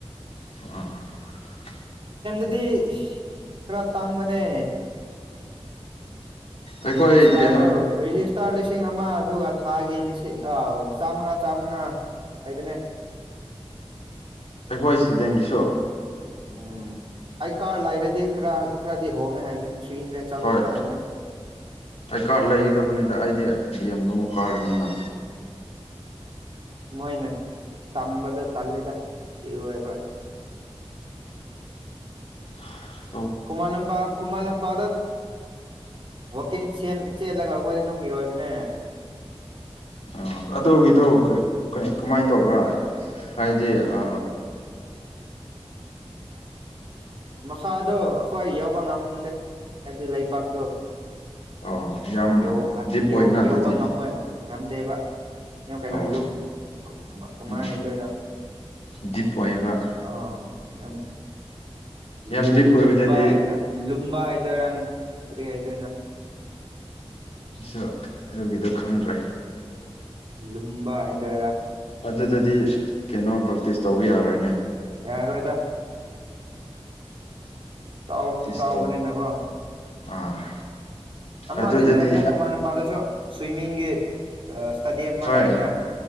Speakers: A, on the left; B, on the right.
A: ꯑ <inaudible>
B: ꯑꯗꯨꯗꯤ ꯈꯔ ꯇꯥꯡꯕꯅꯦ
A: ꯑꯩꯈꯣꯏ
B: ꯔꯦꯖꯤꯁꯇꯥꯔꯔꯣ
A: ꯀꯩꯅꯣ
B: ꯔꯦꯖꯤꯁ ꯍꯞꯇꯥ ꯂꯤꯁꯤꯡ ꯑꯃ ꯑꯗꯨꯒ ꯊꯥꯒꯤ ꯂꯤꯁꯤꯡ ꯑ ꯆꯥꯝꯃꯉꯥ ꯆꯥꯝꯃꯉꯥ ꯑꯩꯕꯅꯦ
A: ꯑꯩꯈꯣꯏ ꯏꯁꯇꯨꯗꯦꯟꯒꯤꯁꯨ
B: ꯎꯝ ꯑꯩꯀꯥꯔ ꯂꯩꯔꯗꯤ ꯈꯔ ꯈꯔꯗꯤ ꯍꯣꯡꯉꯦ ꯍꯥꯏꯕꯅꯤ ꯊ꯭ꯔꯤ ꯍꯟꯗ꯭ꯔꯦꯠ ꯆꯍꯨꯝꯅ
A: ꯍꯣꯏ
B: ꯍꯥꯏꯕꯅꯤ
A: ꯑꯩ ꯀꯥꯔꯗ ꯂꯩꯒꯗꯕꯅꯤꯗ ꯑꯩꯗꯤ ꯗꯤ ꯑꯦꯝ ꯅꯨꯡ ꯀꯔꯅꯤꯅ
B: ꯃꯣꯏꯅ ꯇꯝꯕꯗ ꯇꯜꯂꯤꯗ ꯏꯔꯣꯏꯕ꯭ꯔ
A: <inaudible>
B: ꯀꯨꯃ ꯂꯝꯄꯥꯛ ꯈꯨꯃ ꯂꯝ <unintelligible> ꯋꯀꯤꯡ ꯆꯦꯟ-ꯆꯦꯜꯂꯒ ꯑꯩꯈꯣꯏꯗꯤ ꯑꯗꯨꯝ ꯏꯔꯣꯏꯕꯅꯦ
A: ꯑ ꯑꯗꯨꯒꯤꯗꯣ ꯀꯩ-ꯀꯩ-ꯀ ꯀꯃꯥꯏꯅ ꯇꯧꯕ꯭ꯔꯥ ꯍꯥꯏꯗꯤ ꯑ
B: ꯃꯈꯥꯗꯣ ꯑꯩꯈꯣꯏ ꯌꯥꯎꯕ ꯉꯝꯗꯦ ꯍꯥꯏꯕꯗꯤ ꯂꯩꯕꯥꯛꯇꯣ
A: ꯑꯣ ꯌꯥꯝ
B: ꯌꯧꯍꯠ-
A: ꯗꯤꯞ
B: ꯌꯧ-
A: ꯑꯣꯏꯅ
B: ꯌꯧꯕ
A: ꯑꯗꯨꯗꯤ
B: ꯉꯝꯃꯣꯏ ꯉ-ꯉꯝꯗꯦꯕ ꯌꯥꯝ ꯀꯩꯅꯣ
A: ꯑꯣ
B: ꯂꯨꯝ ꯀ-ꯀꯃꯥꯏꯅ
A: ꯎꯝ
B: ꯍꯥꯏꯗꯣꯏꯅꯣ
A: ꯗꯤꯞ ꯑꯣꯏꯕ
B: ꯑꯥ ꯌꯥꯝ
A: ꯌꯥꯝ
B: ꯂꯨ-ꯂꯨꯝꯕ
A: ꯗꯤꯞ ꯑꯣꯏꯕꯗꯗꯤ
B: ꯍꯥꯏ ꯂꯨꯝꯕ ꯍꯥꯏꯗꯔꯥ ꯀꯔꯤ ꯍꯥꯏꯗꯣꯏꯅꯣ
A: ꯑꯩꯁꯨ ꯑꯗꯨꯒꯤꯗꯨꯣ ꯈꯪꯗ꯭ꯔꯦ
B: ꯂꯨꯝꯕꯥ ꯍꯥꯏꯗꯣꯏꯔ
A: ꯑꯗꯨꯗꯗꯤ ꯀꯩꯅꯣ ꯄ꯭ꯔꯦꯛꯇꯤꯁ ꯇꯧꯕ ꯌꯥꯔꯣꯏꯅꯦ
B: ꯌꯥꯔꯔꯣꯏꯗ ꯆꯥꯎꯕꯁꯨ
A: ꯇꯤꯁ
B: ꯆꯥꯎꯕꯅꯦꯅꯀꯣ
A: ꯇꯧ ꯑꯥ
B: ꯑꯃꯗꯤ
A: ꯑꯗꯨꯗꯗꯤ
B: ꯂꯥꯛꯏꯕꯅ ꯈꯨꯃꯟ ꯅꯨꯄꯥꯗꯁꯨ ꯁ꯭ꯋꯤꯝꯃꯤꯡꯒꯤ ꯑ-ꯏꯁꯇꯗꯤ ꯑꯃ
A: ꯍꯣꯏ
B: ꯂꯩꯅ